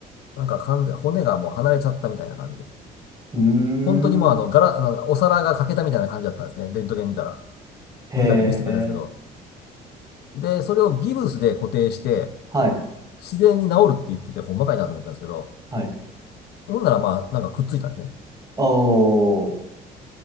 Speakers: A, on the left; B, on the right.
A: なんか完全、骨がもう離れちゃったみたいな感じで。
B: ーん。
A: 本当にもうあの、ガラ、あのお皿が欠けたみたいな感じだったんですね。レントゲン見たら。
B: へえ。
A: 見たって見せてくれたんですけど。で、それをギブスで固定して、
B: はい。
A: 自然に治るって言ってて、ほんまかいなと思ったんですけど、
B: はい。
A: ほんならまあ、なんかくっついたんですね。
B: おー。